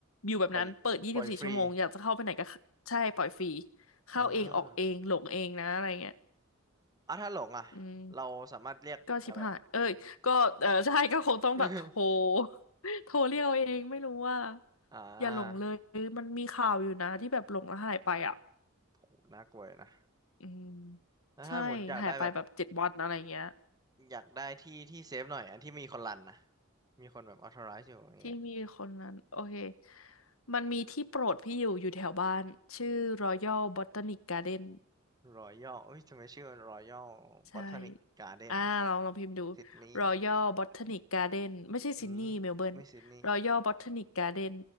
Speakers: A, on the left (about 75°); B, on the right (about 20°).
A: อยู่แบบนั้นเปิดยี่สิบสี่ชั่วโมงอยากจะเข้าไปไหนก็เข้าใช่ปล่อยฟรี
B: ปล่อยปล่อยฟรี
A: เข้าเองออกเองหลงเองนะอะไรเงี้ย
B: อ่าอ่ะถ้าหลงอ่ะ
A: อืม
B: เราสามารถเรียกอ่ะแบบ
A: ก็ชิบหาย เอ้ยก็เออ <laughs> ใช่ ก็คงต้องแบบโทร
B: <laughs>
A: <laughs> โทรเรียกเอาเอง ไม่รู้ว่า
B: อ่า
A: อย่าหลงเลย มันมีข่าวอยู่นะที่แบบหลงแล้วหายไปอ่ะ
B: โหน่ากลัวอยู่นะ
A: อืม
B: แล้วถ้าหมดอยากได้แบบ
A: ใช่ หายไปแบบเจ็ดวันอะไรเงี้ย
B: อยากได้ที่ที่เซฟหน่อยอันที่มีคนรันนะมีคนแบบ authorize อยู่อย่างเงี้ย
A: ที่มีคนนั้น โอเค มันมีที่โปรดพี่อยู่ อยู่แถวบ้าน ชื่อ Royal Botanic Garden
B: รอยัลเอ้ยทำไมชื่อรอยัลบอทนิกการ์เดนส์
A: ใช่ อ่าลองลองพิมพ์ดู
B: ซิดนีย์
A: Royal Botanic Garden ไม่ใช่ซิดนีย์เมลเบิร์น
B: อืมไม่ซิดนีย์
A: Royal Botanic Garden